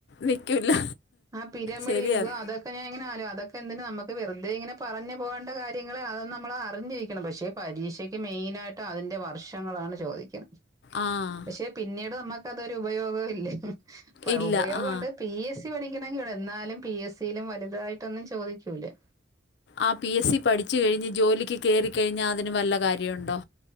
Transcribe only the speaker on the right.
ആ പിരമിഡ്
യുഗം അതൊ പനെങ്ങനെ ആലോ അതൊക്കെ എന്തിനും നമുക്ക് വെറുതെ ഇങ്ങനെ പറഞ്ഞ് പോണ്ട കാര്യങ്ങള് അത് നമ്മൾ അറിഞ്ഞിരിക്കണം പക്ഷേ പരീക്ഷക്ക് മെയിന ആയിട്ട് അതിന്റെ വർഷങ്ങളാണ് ചോദിക്ക
പക്ഷെ പിന്നീട് നമുക്ക് അതൊരു ഉപയോഗം ഇല്ല
ഉപയോഗംണ്ട്
പി എസ് സി പഠിക്കണമെങ്കിൽ എന്നാലും പി എസ് സിയിലും വലുതായിട്ടൊന്നും ചോദിക്കൂലേ